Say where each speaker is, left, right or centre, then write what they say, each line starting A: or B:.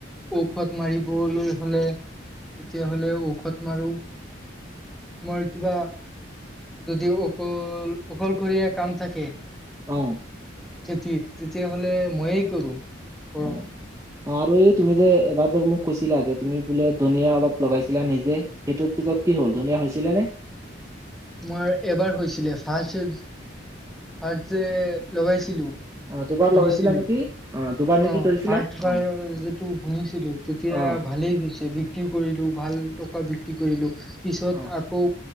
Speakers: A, in the centre; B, on the right (about 15°).
A: ঔষধ মাৰিবলৈ হ'লে। তেতিয়াহ'লে ঔষধ মাৰো। তোমাৰ কিবা যদি অকল অকল অকলশৰীয়া কাম থাকে।
B: অ'।
A: খেতিত তেতিয়াহ'লে মইয়ে কৰো। অ
B: উম। অ', আৰু এই তুমি যে এবাৰ যে মোক কৈছিলা যে তুমি বোলে ধনীয়া অলপ লগাইছিলা নিজে। সেইটোত পিছত কি হ'ল ধনীয়া হৈছিলে নে?
A: তোমাৰ এবাৰ হৈছিলে ফাষ্ট ফাৰ্ষ্ট যে লগাইছিলো।
B: অ দুবাৰ
A: ভুনিছিলো
B: লগাইছিলা নেকি? অ দুবাৰ নে
A: অ'
B: কি কৰিছিলা?
A: ফাৰ্ষ্ট বাৰ
B: অ
A: যিটো ভুনিছিলো তেতিয়া
B: অ
A: ভালেই হৈছে বিক্ৰী কৰিলো ভাল টকা বিক্ৰী কৰিলো। পিছত
B: অ
A: আকৌ